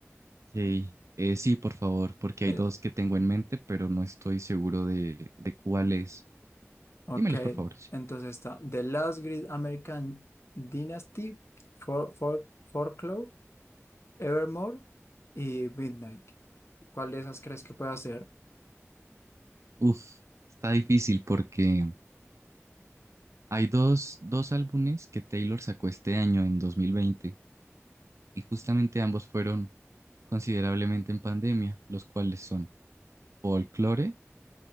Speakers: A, on the right; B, on the left.
A: Ok, eh, sí, por favor, porque
B: Eh,
A: hay dos que tengo en mente, pero no estoy seguro de, de cuál es.
B: ok,
A: Dímelos, por favor. sí.
B: entonces está The Last Great American Dynasty, For, For- Folklore, Evermore y Midnight. ¿Cuál de esas crees que pueda ser?
A: Uf, está difícil porque hay dos, dos álbumes que Taylor sacó este año, en dos mil veinte y justamente ambos fueron considerablemente en pandemia, los cuales son Folklore,